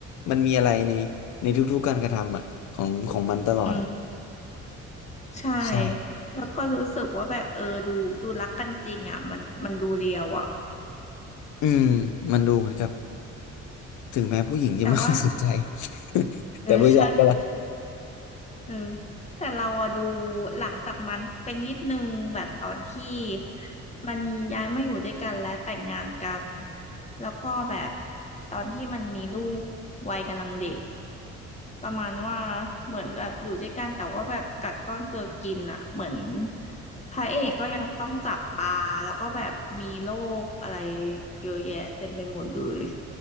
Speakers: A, on the left; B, on the left.
A: มันมีอะไรในในทุกๆการกระทำอ่ะของของมันตลอดอ่ะ
B: อืมใช่
A: ใช่
B: แล้วก็รู้สึกว่าแบบเออดูดูรักกันจริงอ่ะมันมันดูเรียวอ่ะ
A: อืมมันดูเหมือนกับถึงแม้ผู้หญิงจะไม่ค่อยสนใจ
B: แต่ว่า
A: <laughs>
B: เออใช่
A: แต่ผู้ชายก็รัก
B: เออแต่เราอะดูหลังจากนั้นเป็นนิดนึงแบบตอนที่มันย้ายมาอยู่ด้วยกันและแต่งงานกันแล้วก็แบบตอนที่มันมีลูกวัยกำลังเด็ก ประมาณว่าเหมือนแบบอยู่ด้วยกันแต่ว่าแบบกัดก้อนเกลือกินอ่ะเหมือนพระเอกก็ยังต้องจับปลาแล้วก็แบบมีโรคอะไรเยอะแยะเต็มไปหมดเลย